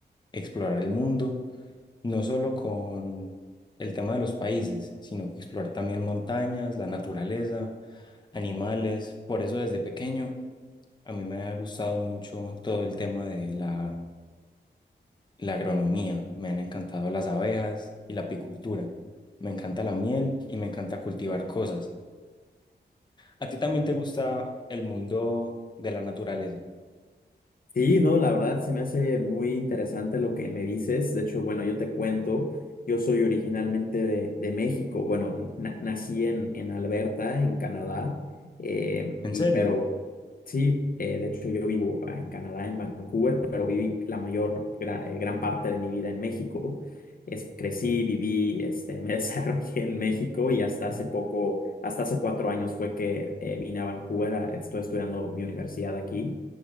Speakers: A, on the left; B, on the left.
A: explorar el mundo no solo con el tema de los países, sino explorar también montañas, la naturaleza, animales. Por eso desde pequeño a mí me ha gustado mucho todo el tema de la, la agronomía. Me han encantado las abejas y la apicultura. Me encanta la miel y me encanta cultivar cosas. ¿A ti también te gusta el mundo de la naturaleza?
B: Sí, no, la verdad se me hace muy interesante lo que me dices. De hecho, bueno, yo te cuento, yo soy originalmente de, de México. Bueno, na- nací en, en Alberta, en Canadá, eh,
A: ¿En
B: y
A: serio?
B: pero sí, eh, de hecho yo vivo ah, en Canadá, en Vancouver, pero viví la mayor, gra- eh, gran parte de mi vida en México. Es, crecí, viví, este, me <laughs> desarrollé en México y hasta hace poco, hasta hace cuatro años fue que eh, vine a Vancouver, a- estoy estudiando mi universidad aquí.